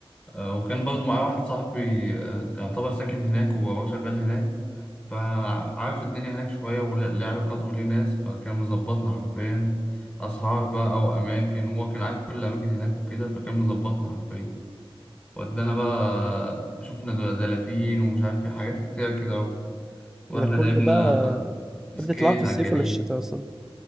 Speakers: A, on the left; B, in the centre.
A: آه، وكان برضو معايا واحد صاحبي آه، يعتبر ساكن هناك وهو شغال هناك فعارف الدنيا هناك شوية وليه علاقاته وليه ناس فكان مظبطنا حرفيا أسعار بقى وأماكن وهو كان عارف كل الأماكن هناك وكده فكان مظبطنا حرفيا ودانا بقى شفنا دل- دلافين ومش عارف في حاجات كتير كده و- واحنا
B: ده كل
A: لعبنا
B: ده بقى
A: سكيت
B: تحب تطلعهم في الصيف
A: على الجليد
B: ولا الشتاء اصلا